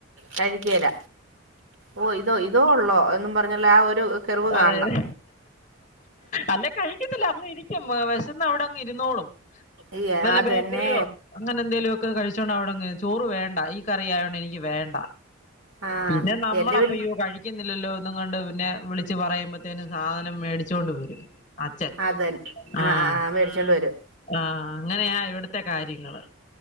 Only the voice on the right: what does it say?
കഴിക്കേല ഓഹ് ഇതൊ ഇതോ ഉള്ളോ എന്നും പറഞ്ഞുള്ള ആഹ് ഒരു കെർവ് കാണണം
ഏഹ്
അത്
തന്നെ
ആഹ്
എന്റെ
വീ
അതൻ
മേടിച്ചോണ്ട് വരും